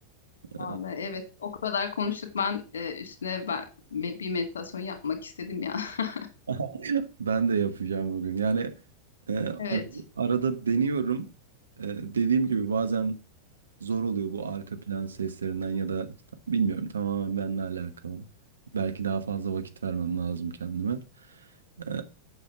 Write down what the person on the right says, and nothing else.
Ee,
<laughs> Ben de yapacağım bugün. Yani e,
ar- arada deniyorum. E, dediğim gibi bazen zor oluyor bu arka plan seslerinden ya da işte bilmiyorum tamamen benimle alakalı. Belki daha fazla vakit vermem lazım kendime. Ee,